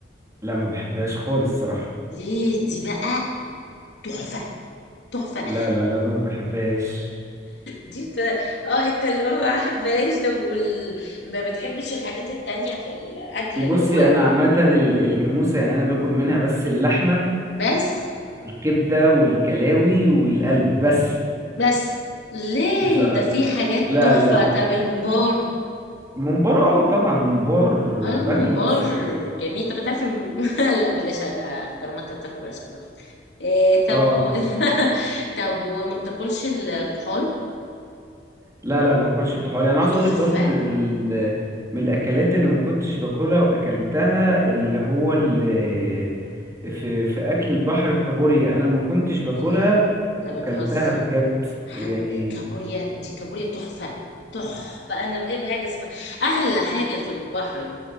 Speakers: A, on the right (about 20°); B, on the left (about 70°).
A: لا ما بحبهاش خالص الصراحه
B: ليه دي بقى تحفه تحفه
A: لا لا لا ما بحبهاش
B: دي ت... اه انت اللي هو ما بحبهاش طب وال... ما بتحبش الحاجات التانية في الأكل
A: بصي
B: اللي هو ال...
A: انا عامه ال- الجاموسه يعني انا باكل منها بس اللحمه
B: بس
A: والكبده والكلاوي والقلب بس
B: بس ليه
A: مش ع...
B: ده في حاجات
A: لا
B: تحفة
A: لا لا.
B: طب الممبار
A: الممبار اه طبعا ممبار
B: آه، الممبار
A: باكله بس
B: جميل طب انت عارف الم... <laughs> لا بلاش أ- طالما انت بتاكله بلاش أقرف إيه طب
A: اه
B: و... <laughs> طب وما بتاكلش الطحال
A: لا لا ما باكلش الطحالي انا عاوز
B: ده تحفة
A: اقولك برضو من ال... من الاكلات اللي ما كنتش باكلها واكلتها اللي هو ال...
B: مم.
A: في في اكل البحر الكابوريا انا ما كنتش باكلها
B: يا انت
A: وكلتها
B: بتهزر
A: بجد
B: حد...
A: يعني
B: كابوريا دي كابوريا تحفة تحفة أنا بحب حاجة اسمها أحلى حاجة في البحر